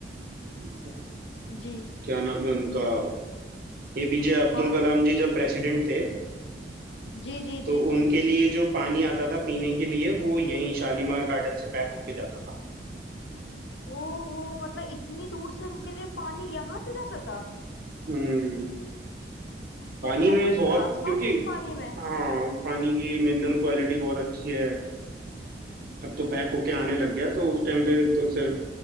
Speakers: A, on the right (about 55°); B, on the left (about 75°).
A: अ,
B: जी
A: क्या नाम है उनका एपीजे अब्दुल
B: कौन
A: कलाम जी जब प्रेसिडेंट थे
B: जी जी
A: तो
B: जी
A: उनके
B: जी
A: लिए जो पानी आता था पीने के लिए वो यहीं शालीमार गार्डन से पैक होके जाता था
B: ओहो मतलब इतनी दूर से उनके लिए पानी यहाँ से जाता था
A: हम्म
B: तो
A: पानी
B: क्या
A: में
B: कुछ
A: बहुत
B: खास
A: क्योंकि
B: बात है इस पानी में
A: हाँ उस पानी की मिनरल क्वालिटी बहुत अच्छी है अब तो पैक होके आने लग गया तो उस टाइम पे तो सिर्फ